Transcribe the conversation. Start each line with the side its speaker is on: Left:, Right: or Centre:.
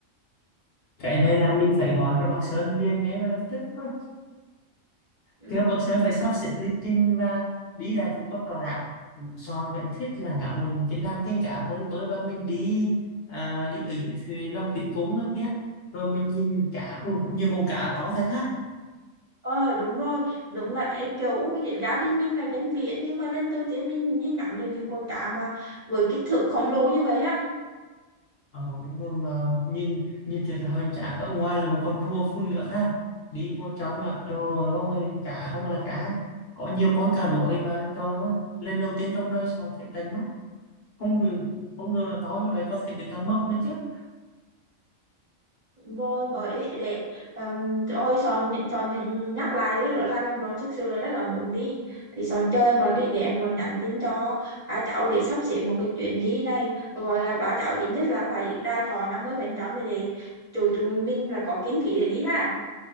Left: cái này là mình phải gọi cho bác Sơn liền ngay mà lập tức thôi
Right: Ừ.
Left: Thì các Bậc Sơn phải sắp xếp lịch trình và đi lại Phú Quốc rõ ràng. Son vẫn thích là ngắm mình cái Nam Tiên Cá mới mới và mình đi à, đi ở dưới thuyền Long Thủy Cúng đó kia. Rồi mình nhìn cá, ừ, có nhiều con cá to thật ha.
Right: Ờ đúng rồi, đúng là em kiểu gia đình mình là dân biển nhưng mà lần đầu tiên mình nhìn ngắm được những con cá mà với kích thước khổng lồ như vậy ha.
Left: Ờ, đúng rồi mà nhìn nhìn thiệt là hoành tráng. Ở ngoài là một con rùa phun nước ha. Đi vô trong là trời ơi, cá không là cá. Có nhiều con cá đuổi mà trời ơi. Lần đầu tiên trong đời Son thấy đánh mắt. Không ngờ, không ngờ là to như vậy có thể được cá mập nữa chứ.
Right: Rồi bởi để um, thôi Son Son nhắc lại lúc đó làm em rồi thực sự là rất là muốn đi. Thì Son chờ em rồi đi để em rồi nhắn tin cho ba cháu để sắp xếp một cái chuyến đi này gọi là ba cháu ít nhất là phải đai thọ 50% để để tụi tụi mình là có kinh phí để đi ha.